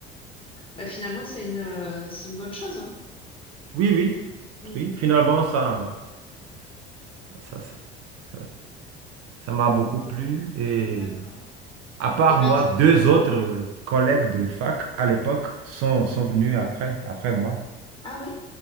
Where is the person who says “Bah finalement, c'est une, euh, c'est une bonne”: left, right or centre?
Left